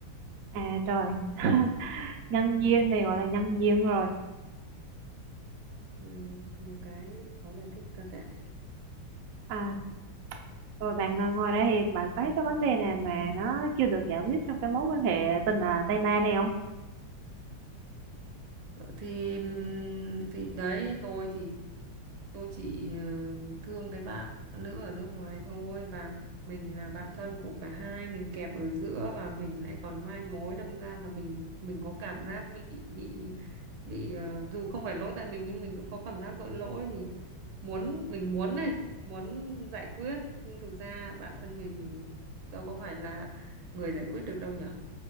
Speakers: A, on the right; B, on the right.
A: à trời. <laughs> nhân duyên thì gọi là nhân duyên rồi
B: ừ, nhiều cái khó giải thích thật đấy
A: à rồi bạn ờ, ngồi đây thì bạn có thấy cái vấn đề nào mà nó chưa được giải quyết trong cái mối quan hệ tình à, tay ba này không
B: thì ừm, thì đấy tôi thì tôi chỉ ờ, thương cái bạn nữ ở nước ngoài thôi và mình là bạn thân của cả hai mình kẹp ở giữa và mình lại còn mai mối đâm ra là mình mình có cảm giác bị bị bị ờ, dù không phải lỗi tại mình nhưng mình cứ có cảm giác tội lỗi thì muốn mình muốn này muốn giải quyết nhưng thực ra bản thân mình đâu có phải là người giải quyết được đâu nhở